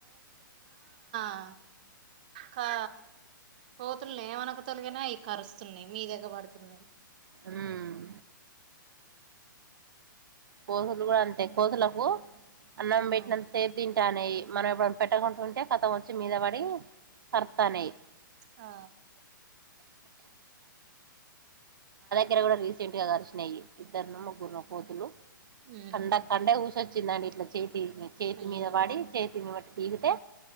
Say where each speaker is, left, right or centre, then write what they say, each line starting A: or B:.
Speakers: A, on the right; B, on the right.
A: ఆ కా కోతుల్ని ఏమనక తొలిగిన అవి కరుస్తున్నాయి మీద ఎగబడుతున్నాయి
B: హ్మ్ కోతులు కూడ అంతే కోతులకు అన్నం పెట్టినంత
A: ఆ
B: సేపు తింటానే మనం పెట్టకుంటడా ఉంటే కథం వచ్చి మీద పడి కర్తానేయ
A: ఆ
B: ఇర కూడా చింటగా కర్శినయిి ఇద్దరు ను ముగ్గురున కోతులు
A: ఉహు
B: కండ కండే ఊస ందట్ చేతి చేతి
A: అయ్యో
B: మీద వాడి చేతిని బట్టి ప తీగితే